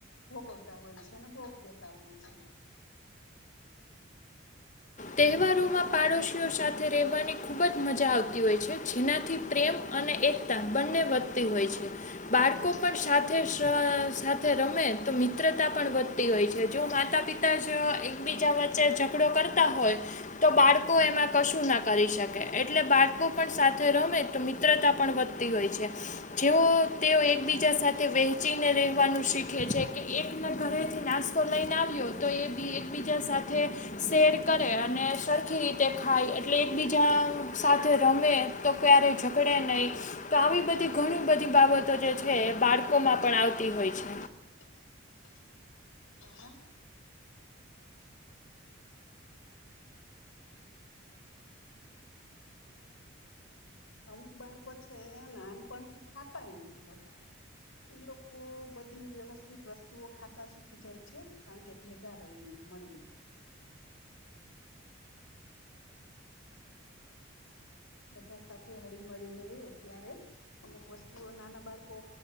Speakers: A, on the left; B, on the left.
A: ભોગવતા હોય છે અને ભોગ દેતા હોય છે
B: તહેવારોમાં પાડોશીઓ સાથે રહેવાની ખૂબ જ મજા આવતી હોય છે જેનાથી પ્રેમ અને એકતા બંને વધતી હોય છે બાળકો પણ સાથે સાથે રમે તો મિત્રતા પણ વધતી હોય છે જો માતા પિતા જ એકબીજા વચ્ચે ઝઘડો કરતા હોય તો બાળકો એમાં કશું ના કરી શકે એટલે બાળકો પણ સાથે રમે તો યે મિત્રતા પણ વધતી હોય છે જેઓ તેઓ એકબીજા સાથે વહેચીને રહેવાનું શીખે એ છે કે એક ના ઘરેથી નાસ્તો લઈને આવ્યો તો એ એકબીજા સાથે શેર કરે અને સરખી રીતે ખાય એટલે એકબીજા સાથે રમે તો ક્યારે ઝગડે પડે નહીં તો આવી બધી ઘણી બધી બાબતો જે છે એ બાળકોમાં પણ આવતી હોય છે.
A: <unintelligible> હા અમુક બાળકો છે નાનપણથી ખાતાય નથી હોતા. એ લોકો બધી વ્યવસ્થિત વસ્તુઓ ખાતા શીખી જાય છે કારણ કે ભેગા રહીને. મળીને. બધા સાથે હળી મળીને રે ત્યારે અમુક વસ્તુ નાના બાળકો